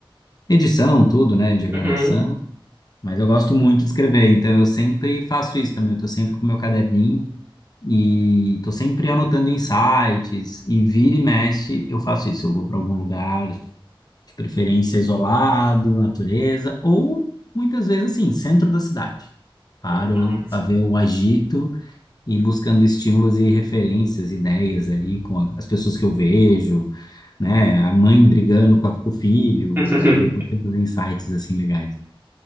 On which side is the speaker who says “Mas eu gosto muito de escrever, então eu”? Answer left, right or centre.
Left